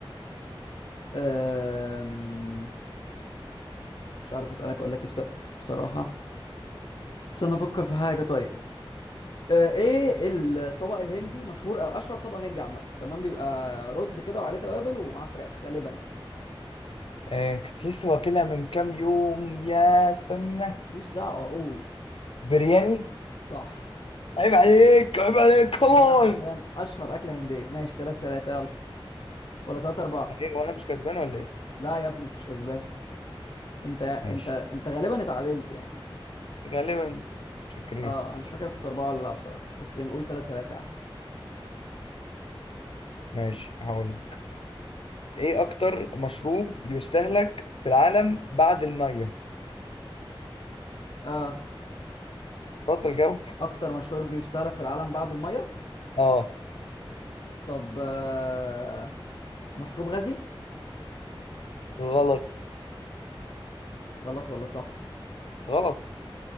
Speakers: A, on the left; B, on the left.
A: أم... مش عارف اسالك اقول لك ايه بصراحه بصراحه استنى افكر في حاجه طيب أه، ايه الطبق الهندي مشهور او اشهر طبق هندي عامه تمام بيبقى رز كده وعليه توابل ومعاه فراخ غالبا
B: آه كنت لسه واكلها من كام يوم يا استنى
A: ماليش دعوه اقول
B: برياني
A: صح
B: عيب عليك عيب عليك كمان
A: ده حرفيا اشهر اكله هنديه ماشي 3 3 يلا ولا 3 4
B: ايه وانا مش كسبان ولا ايه
A: لا يا ابني انت مش كسبان انت انت
B: ماشي
A: انت غالبا اتعادلت يعني
B: غالبا شكرين
A: اه انا مش فاكر كنت اربعة ولا لا بصراحة بس يعني نقول تلاتة تلاتة يا عم
B: ماشي هقول ايه اكتر مشروب يستهلك في العالم بعد الميه
A: اه
B: اتفضل جاوب
A: اكتر مشروب بيستهلك في العالم بعد المية
B: <laughs> اه
A: طب آه، مشروب غازي
B: غلط
A: غلط ولا صح
B: غلط